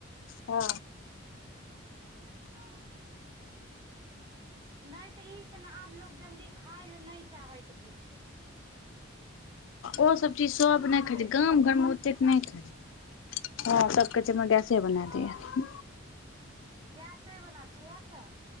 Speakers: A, on the left; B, on the right.
A: हँ।
B: हँ। नै तऽ ई छै ने आब लोक जल्दी खाय लऽ नै चाहैत रहै छै।
A: ओसब चीज सब नै
B: ताहि
A: खाय छै गाम
B: दुआरे
A: घरमे ओतेक नै खाय छै। हँ सब कहै छै हमरा गैसे बना
B: हँ
A: दैया।
B: गैसे बना उवह तऽ।